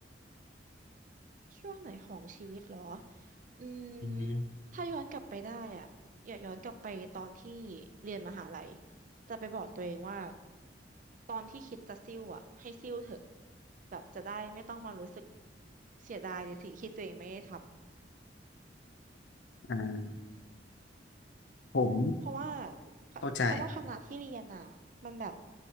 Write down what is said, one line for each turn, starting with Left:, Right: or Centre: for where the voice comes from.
Right: ช่วงไหนของชีวิตเหรออืม
Left: อืม
Right: ถ้าย้อนกลับไปได้อ่ะอย่าย้อนกลับไปตอนที่เรียนมหาลัยจะไปบอกตัวเองว่าตอนที่คิดจะซิ่วอ่ะให้ซิ่วเถอะแบบจะได้ไม่ต้องมารู้สึกเสียดายในสิ่งที่ตัวเองไม่ได้ทำ
Left: อ่าผม
Right: เพราะว่าคเพราะว่าคณะที่เรียนอ่ะมันแบบ
Left: เข้าใจ